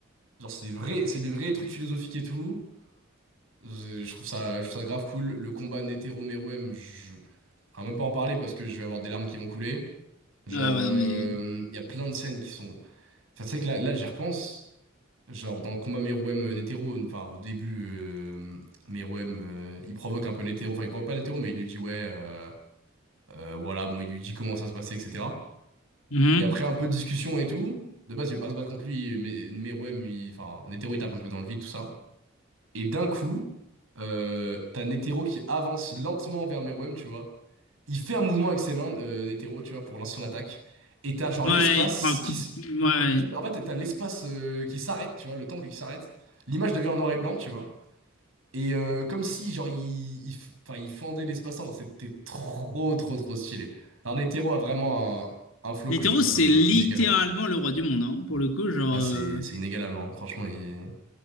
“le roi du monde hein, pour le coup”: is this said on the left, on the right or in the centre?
Left